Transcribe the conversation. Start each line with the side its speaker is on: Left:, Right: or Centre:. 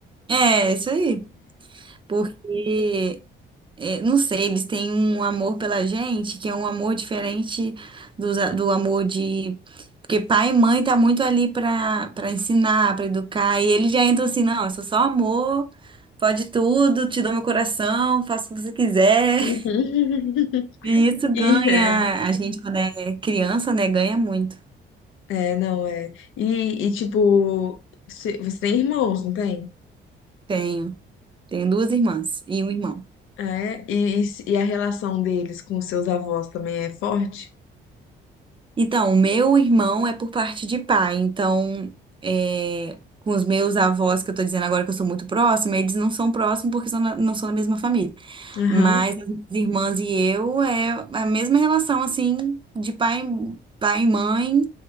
Right: É, isso aí. Porque, é, não sei, eles têm um amor pela gente que é um amor diferente dos a- do, amor de. Porque pai e mãe tá muito ali para para ensinar, para educar, e eles já entram assim, não, eu sou só amor, pode tudo, te dou meu coração, faço o que você quiser.
Left: Uhum. <laughs>
Right: E isso
Left: E,
Right: ganha,
Left: é,
Right: a gente quando é criança, né, ganha muito.
Left: é, não, é. E, e, tipo, se- você tem irmãos, não tem?
Right: Tenho, tenho duas irmãs e um irmão.
Left: É, e, e se- e a relação deles com os seus avós também é forte?
Right: Então, o meu irmão é por parte de pai, então, é, com os meus avós, que eu tô dizendo agora que eu sou muito próxima, eles não são próximos porque são na- não são da mesma família.
Left: Aham,
Right: Mas as minhas irmãs e eu é a mesma relação, assim, de pai, pai e mãe,